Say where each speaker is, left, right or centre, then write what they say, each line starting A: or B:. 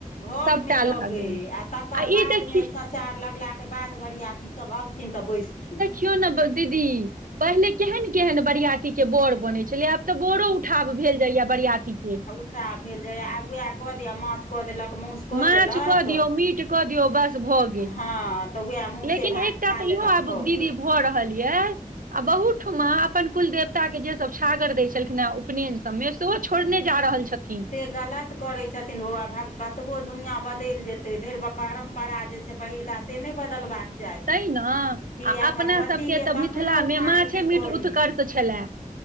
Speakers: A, on the left (about 60°); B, on the right (about 75°).
A: घर
B: सभटा
A: मे लगै
B: लागनि
A: आ तकर
B: आ
A: बाद
B: ई देखि
A: मे सब सचार लगला के बाद बरियाती सब अबथिन तऽ बैसथिन।
B: केयो ने दीदी पहिले केहन केहन बरियाती के बड़ बनै छलै आब तऽ बड़ो उठाब भेल जाइये बरियाती के।
A: उठाब भेल जाइए, आब वएह कऽ दैये माछ कऽ देलक मासु कऽ
B: माछ
A: देलक
B: कऽ दियौ मीट कऽ दियौ बस। भ गेल
A: हँ तऽ उएह मासुए
B: लेकिन
A: भात
B: एकटा
A: खा
B: तऽ
A: लेलक
B: इहो आब
A: भऽ
B: दीदी
A: गेल
B: भऽ रहल यऽ- आ बहुतठम अपन कुल देवता के जे सब छागर दै छलखिन हे उपनेयन। मे सेहो छोड़ने जा रहल छथिन।
A: से गलत करै छथिन ओ भ कतबो दुनिआँ बदलि जेतै ढेर परम्परा जे छै। पहिलका से नहि बदलबाक- चाही।
B: तै
A: किए
B: ने आ अपना
A: भगवतीके
B: सबके तऽ
A: कखनहु
B: मिथिलामे
A: उठाव
B: माछे
A: नहि
B: मीट
A: करी।
B: उत्कर्ष छलए